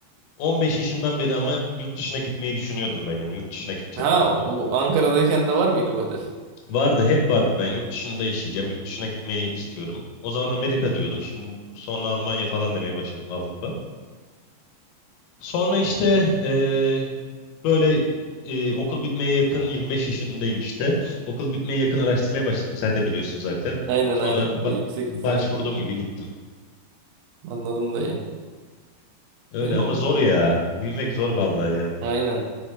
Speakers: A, on the left (about 85°); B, on the right (about 80°).
A: 15 yaşından beri ama yurt dışına gitmeyi düşünüyordum ben yani yurt dışına gideceğim
B: Ha
A: diyordum.
B: o Ankara'dayken de var mıydı bu hedef?
A: Vardı hep vardı ben yurt dışında yaşayacağım yurt dışına gitmeyi istiyorum. O zaman Amerika diyordum şimdi sonra Almanya falan demeye başladım Avrupa. Sonra işte eee, böyle eee, okul bitmeye yakın 25 yaşındayım işte. Okul bitmeye yakın araştırmaya başladım sen de biliyorsun zaten.
B: Aynen
A: Sonra
B: aynen.
A: ba-
B: Bu yüksek
A: başvurduğum
B: lisans dönemi.
A: gibi gittim.
B: Anladım dayı.
A: Öyle
B: Benim,
A: ama zor ya büyümek zor vallahi yani.
B: aynen.